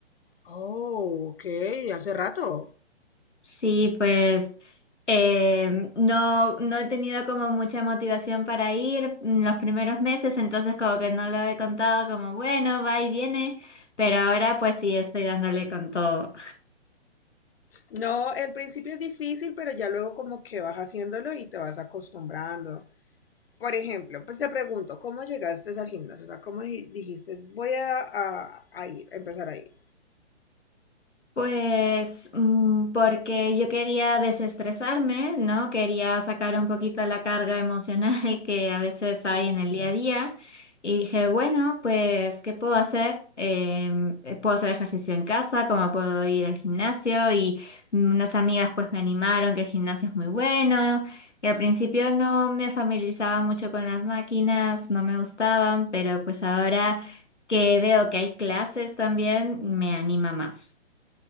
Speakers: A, on the left; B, on the left.
A: Oh, ok, hace rato.
B: Sí, pues em, no, no he tenido como mucha motivación para ir en los primeros meses, entonces como que no lo he contado como bueno, va y viene, pero ahora pues sí estoy dándole con todo.
A: No, el principio es difícil, pero ya luego como que vas haciéndolo y te vas acostumbrando. Por ejemplo, pues te pregunto, ¿cómo llegaste al gimnasio? O sea, ¿cómo di- dijiste, voy a, a- a ir, a empezar a ir?
B: Pues mm, porque yo quería desestresarme, ¿no? Quería sacar un poquito la carga emocional <laughs> que a veces hay
A: Mm,
B: en el día a día. Y dije, bueno, pues, ¿qué puedo hacer? Em, eh, puedo hacer ejercicio en casa, como puedo ir al gimnasio. Y unas amigas pues me animaron que el gimnasio es muy bueno. Y al principio no me familiarizaba mucho con las máquinas, no me gustaban, pero pues ahora que veo que hay clases también, me anima más.